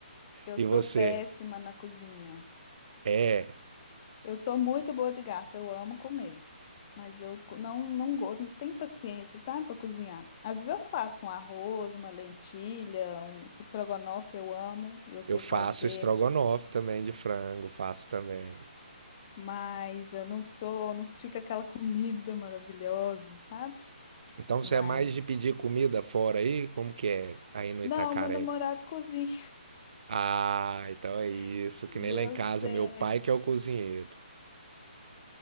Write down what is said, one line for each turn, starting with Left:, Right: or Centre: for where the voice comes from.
Left: eu
Right: E
Left: sou
Right: você?
Left: péssima na cozinha.
Right: É,
Left: Eu sou muito boa de garfo, eu amo comer, mas eu co- não não gosto, não tenho paciência, sabe, para cozinhar. Às vezes eu faço um arroz, uma lentilha, um estrogonofe, eu amo, eu sei
Right: eu faço
Left: fazer,
Right: estrogonofe também de frango, faço também.
Left: mas eu não sou, não fica aquela comida maravilhosa, sabe?
Right: Então você
Left: Mas
Right: é mais de pedir comida fora aí? Como que é aí no
Left: não,
Right: Itacaré?
Left: meu namorado cozinha.
Right: Ah, então é isso,
Left: <laughs> Deu
Right: que nem lá em casa,
Left: certo.
Right: meu pai que é o cozinheiro.